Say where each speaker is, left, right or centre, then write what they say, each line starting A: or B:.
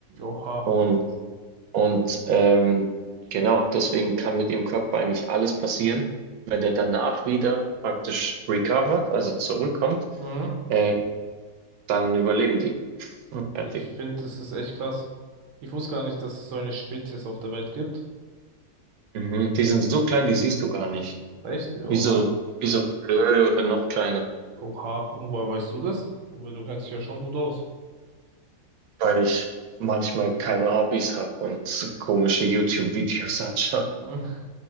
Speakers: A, on the right; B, on the right.
A: Oha.
B: Und, und ähm, genau, deswegen kann mit dem Körper eigentlich alles passieren. Wenn der danach wieder praktisch recovered, also zurückkommt,
A: Mhm.
B: äh, dann überleben die. Perfekt.
A: Ich finde, das ist echt krass. Ich wusste gar nicht, dass es so eine Spezies auf der Welt gibt.
B: Mhm. Die sind so klein, die siehst du gar nicht.
A: Echt?
B: Wie
A: Oha.
B: so, wie so Flöhe oder noch kleiner.
A: Oha. Und woher weißt du das? Weil du kennst dich ja schon gut aus. <laughs>
B: Weil ich manchmal keine Hobbys habe und komische YouTube-Videos anschaue.
A: Hm.